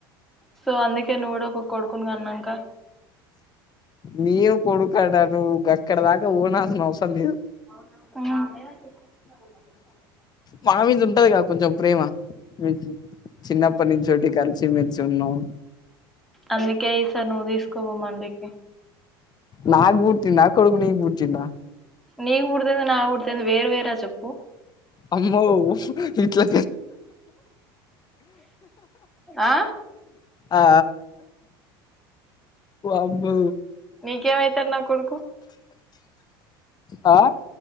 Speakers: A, in the centre; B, on the left.
A: సో అందుకే నువ్వు కుడ ఒక కొడుకుని గన్ అంకా
B: మీవ కొడుకడా ను గ ఇక్కడ దాకా ఓన్సిన అవసం లేదు
A: వు
B: మా మీద ఉంటది క కొంచెం ప్రేమ మీ చిన్నప్పటి నుంచోటి కలిసి మలిసి ఉన్నాం
A: అందుకే ఈ సార్ నువ్వు తీసుకోవ అడికి
B: నాగ్బతన నా కొడుకు నీగబటినా
A: నీ కుడతేంది నా కుడతేంది వేరు వేర చెప్పు
B: అమ్మో ఇట్లా
A: ఆ
B: ఆ అమ్మో
A: నీకేమవుతారు నా కొడుకు
B: ఆ,